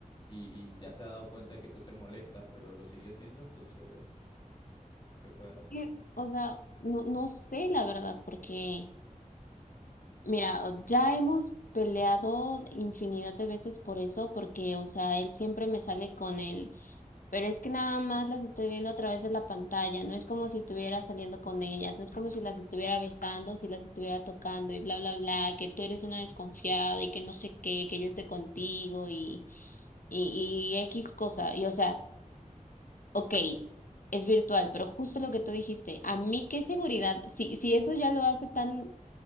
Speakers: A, on the left (about 35°); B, on the left (about 75°).
A: y, y ya se ha dado cuenta de que tú te molestas, pero lo sigue haciendo, entonces, ¿qué puedes hacer?
B: me- O sea, no, no sé la verdad, porque Mira, o- ya hemos peleado infinidad de veces por eso, porque, o sea, él siempre me sale con él, pero es que nada más las estoy viendo a través de la pantalla, no es como si estuviera saliendo con ellas, no es como si las estuviera besando, si las estuviera tocando y bla, bla, bla, que tú eres una desconfiada y que no sé qué, que yo estoy contigo y, y, y X cosa, y o sea, ok, es virtual, pero justo lo que tú dijiste, a mí qué seguridad, si, si eso ya lo hace tan